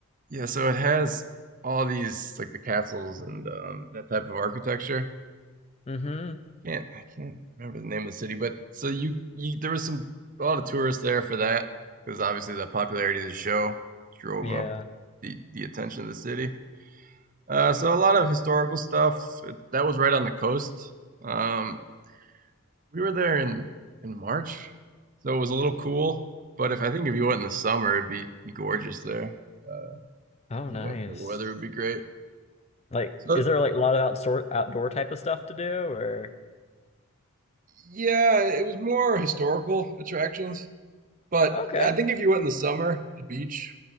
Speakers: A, on the right; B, on the left.
A: Yeah, so it has all these like the castles and um, that type of architecture.
B: Mm-hmm.
A: Can't I can't remember the name of the city, but so you, you there was some a lot of tourists there for that because obviously the popularity of the show drove
B: Yeah.
A: up the the attention of the city. Uh, so a lot of historical stuff it, that was right on the coast. Um, we were there in in March, so it was a little cool. But if I think if you went in the summer, it'd be gorgeous there. Uh,
B: Oh,
A: what
B: nice.
A: the weather would be great.
B: Like,
A: So
B: is there like a lot of outdoor outdoor type of stuff to do or?
A: Yeah, it was more historical attractions, but
B: Okay,
A: I think if you went in the summer, the beach